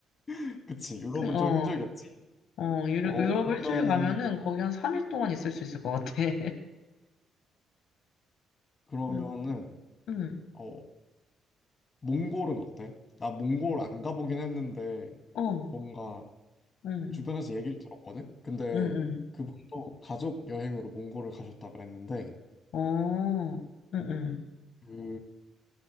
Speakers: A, on the left; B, on the left.
A: <laughs> 그치 유럽은
B: <laughs> 어,
A: 좀 힘들겠지?
B: 어, 유럽,
A: 어
B: 유럽 일주일
A: 그러면은
B: 가면은 거기 한 3일 동안 있을 수 있을 것 같아. <laughs>
A: 그러면은
B: 음, 음,
A: 어 몽골은 어때? 나 몽골 안 가보긴 했는데
B: 어,
A: 뭔가
B: 음,
A: 주변에서 얘기를 들었거든? 근데
B: 음, 음,
A: 그분도 가족 여행으로 몽골을 가셨다 그랬는데
B: 어, 음, 음.
A: 그